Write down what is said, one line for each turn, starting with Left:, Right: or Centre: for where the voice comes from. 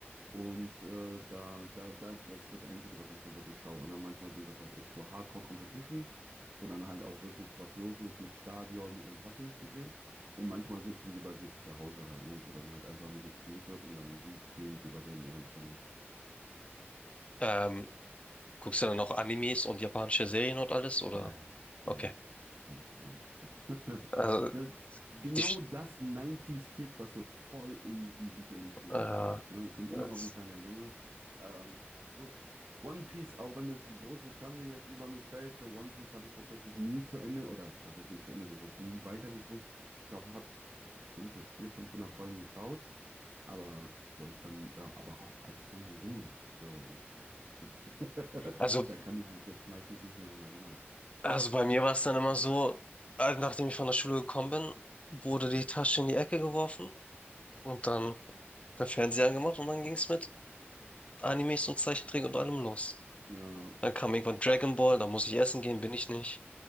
Right: Und äh, da, da, da, das ist das Einzige, was ich so wirklich schaue. Ne? Manchmal sind das halt echt so Hardcore-Competitions, wo dann halt auch wirklich was los ist mit Stadion und hast du nicht gesehen. Und manchmal sitzen die bei sich zu Hause halt, ne? Wo dann halt einfach nur gestreamt wird und dann restreamt über den ihren Channel.
Left: Ähm, Guckst du dann auch Animes und japanische Serien und alles, oder?
Right: Ja, ja, ja,
Left: Okay.
Right: ja, das ist ein tolles Programm. <laughs>
Left: Also,
Right: Da- Genau
Left: die, Sch-
Right: das 90 kid was so voll in diesem Game drin
Left: äh,
Right: geblieben ist. Ne? Ich bin immer
Left: es-
Right: noch ein kleiner Junge. Ähm, gut. One Piece, auch wenn es die große Schande jetzt über mich fällt, so One Piece habe ich tatsächlich nie zu Ende, oder was heißt nie zu Ende geguckt, nie weitergeguckt. Ich glaube, habe bestimmt so 400, 500 Folgen geschaut, aber so dann, ja, aber auch als kleiner Junge. So, <laughs>
Left: also,
Right: da kann ich mich jetzt meistens nicht mehr dran erinnern.
Left: also bei mir war es dann immer so, äh, nachdem ich von der Schule gekommen bin, wurde
Right: Hm.
Left: die Tasche in die Ecke geworfen und dann der Fernseher angemacht und dann ging es mit Animes und Zeichentrick und allem los.
Right: Ja,
Left: Dann kam irgendwann Dragon Ball, da muss ich essen gehen, bin ich nicht.